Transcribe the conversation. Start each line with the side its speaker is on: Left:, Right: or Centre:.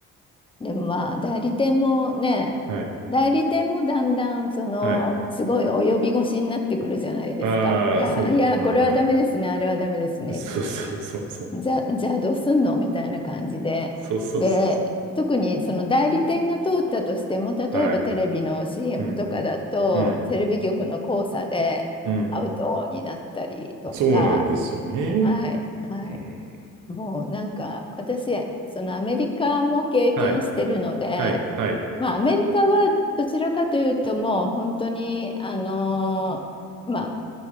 Left: でもまあ、代理店もね、
Right: はい。
Left: 代理店もだんだん、その、
Right: はい。
Left: すごい及び腰になってくるじゃないですか。
Right: ああ、
Left: いや、
Right: そうで、
Left: いや、
Right: うんう
Left: これはダメですね、あれはダメですねって言ったらじゃ、
Right: ん。そうそうそうそう。
Left: じゃあどうすんのみたいな感じで。
Right: そうそうそ
Left: で、特にその代理店が通ったとしても、例えばテレビの
Right: う。はい。
Left: CM
Right: うん、
Left: とかだと、
Right: うん、
Left: テレビ局の交差でアウトになったりとか、
Right: うん。そうなんですよね。
Left: はい、はい。
Right: うん。
Left: もうなんか私そのアメリカも経験してるので、
Right: はい。はい、はい、
Left: まあ、アメリカはどちらかというともう本当にあのーまあ